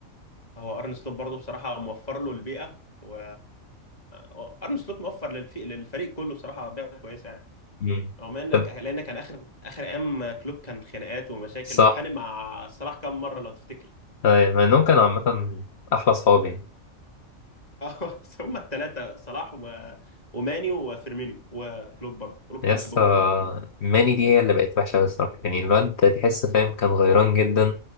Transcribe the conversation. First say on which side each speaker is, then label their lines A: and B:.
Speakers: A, on the left (about 30°); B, on the left (about 55°).
A: هو ارن سلوت برضه بصراحه موفر له البيئه و هو ارن سلوت موفر للفي... للفريق كله بصراحه بيئه كويسه يعني
B: أمم.
A: رغم انك
B: طب
A: لان كان اخر اخر ايام كلوب كان خناقات ومشاكل
B: صح
A: واتخانق مع صلاح كام مره لو تفتكر
B: آه، مع انهم كانوا عامة أحلى صحابي
A: <laughs> اه هم الثلاثه صلاح و... وماني وفيرمينيو وكلوب برضه كلوب
B: يس
A: كان بيحبهم الثلاثه
B: ماني دي هي اللي بقت وحشة أوي الصراحة يعني الواد ده تحس فاهم كان غيران جدا